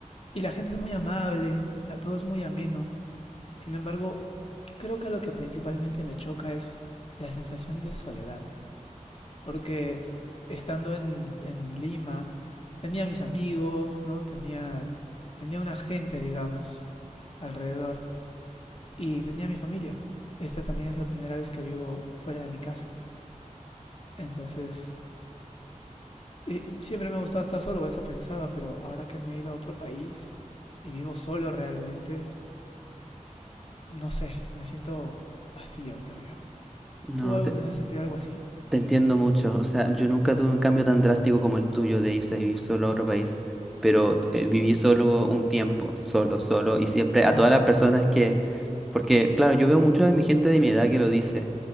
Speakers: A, on the left; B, in the centre.
A: y la gente es muy amable, la- todo es muy ameno. Sin embargo, creo que lo que principalmente me choca es la sensación de soledad, porque estando en, en Lima tenía mis amigos, ¿no? Tenía, tenía una gente, digamos, alrededor y tenía mi familia. Esta también es la primera vez que vivo fuera de mi casa. Entonces, eh, siempre me ha gustado estar solo, eso pensaba, pero ahora que me he ido a otro país y vivo solo realmente, no sé, me siento vacío, creo yo.
B: No,
A: ¿Tú alguna vez has sentido algo así?
B: Te entiendo mucho, o sea, yo nunca tuve un cambio tan drástico como el tuyo de irse a vivir solo a otro país, pero eh, viví solo un tiempo, solo, solo, y siempre a
A: Wow,
B: todas las personas que, porque claro, yo veo mucho de mi gente de mi edad que lo dice,